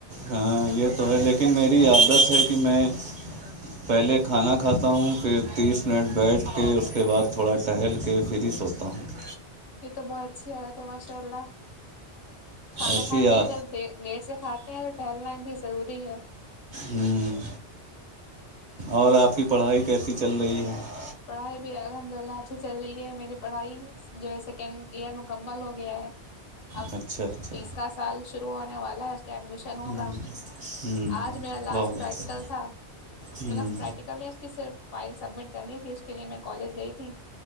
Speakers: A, on the right; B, on the left.
A: ہاں یہ تو ہے لیکن میری عادت ہے کہ میں <unintelligible> پہلے کھانا کھاتا ہوں پھر تیس منٹ بیٹھ کے اس کے بعد تھوڑا ٹہل کے پھر ہی سوتا ہوں <unintelligible>
B: یہ تو بہت اچھی حالت ہے ماشاء اللہ کھانا
A: ایسی
B: کھا
A: آ...
B: کے اگر لیٹ سے کھات ہیں تو ٹہلنا بھی ضروری ہے <unintelligible>
A: ہ اور آپ کی پڑھائی کیسی چل رہی ہے <unintelligible>
B: پڑھائی بھی الحمد للہ اچھی چل رہی ہے میری پڑھائی جیسا یہار مکمل ہو گیا ہے <unintelligible> اب
A: اچھا اچھا
B: تیسرا سال شروع ہونے والا ہے اس کے ایڈمیشن
A: ہوں
B: ہوگا آج میرا لاسٹ
A: بہت اچھا
B: پریکٹیکل تھا <unintelligible> اس
A: ہوں
B: مطلب پریکٹیکل نہیں اس کی صرف فائل سبمٹ کرنی اس کے لیے میں کالج گئی تھی